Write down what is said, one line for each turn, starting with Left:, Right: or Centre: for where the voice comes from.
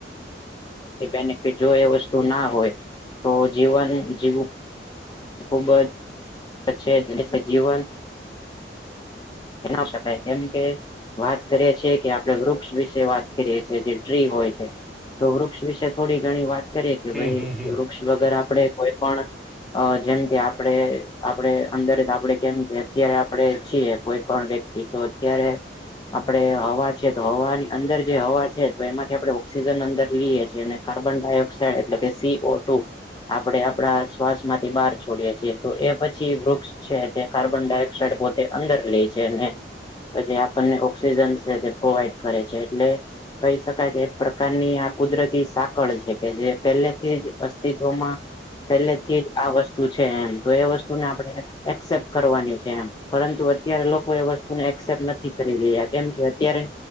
Left: એ બેનિફિટ જો એ વસ્તુ ના હોય તો જીવન જીવું ખુબ જ છે જીવન એ ના શકાય કેમ કે વાત કરીએ છીએ કે આપડે વૃક્ષ વિશે વાત કરીએ છીએ જે ટ્રી હોય છે તો વૃક્ષ વિશે થોડી ઘણી વાત કરીએ કે
Centre: હમ
Left: ભાઈ
Centre: હમ હમ
Left: વૃક્ષ વગર આપડે કોઈ પણ અ જેમ કે આપડે આપડે અંદર આપડે કેમ કે અત્યારે આપડે જીએ કોઈ કોન્ટેક્ટ થી તો અત્યારે આપડે હવા છે તો હવાની અંદર જે હવા છે તો એમાંથી આપડે ઓક્સિજન અંદર લઈએ છીએ અને કાર્બન ડાયોક્સાઇડ એટલે કે સી ઓ ટુ આપણેે આપડા શ્વાસ માંથી બહાર છોડીએ છીએ તો એ પછી વૃક્ષ છે તે કાર્બન ડાયોક્સાઇડ પોતે અંદર લે છે. પછી આપણને ઓક્સિજન છે તે પ્રોવાઈડ કરે છે એટલે કહી શકાય કે એક પ્રકારની આ કુદરતી સાકળ છે કે જે પહેલેથી જ અસ્તિત્વમાં પહેલે થી જ આ વસ્તુ છે એમ તો એ વસ્તુને આપણે એસેપ્ટ કરવાની છે એમ પરંતુ અત્યારે લોકો એ વસ્તુને એક્સેપ્ટ નથી કરી રહ્યા કેમ કે અત્યારે